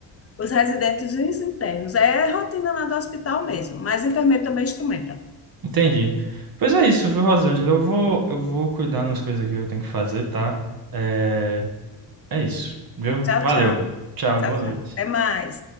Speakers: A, on the left; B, on the right.
A: os residentes e os internos. É rotina lá do hospital mesmo, mas o enfermeiro também instrumenta.
B: Entendi. Pois é isso, viu, Rosângela? Eu vou, eu vou cuidar das coisas aqui que eu tenho que fazer, tá? É, é isso, viu?
A: Tchau,
B: Valeu.
A: tchau.
B: Tchau,
A: Tchau,
B: boa
A: tchau.
B: noite.
A: Até mais.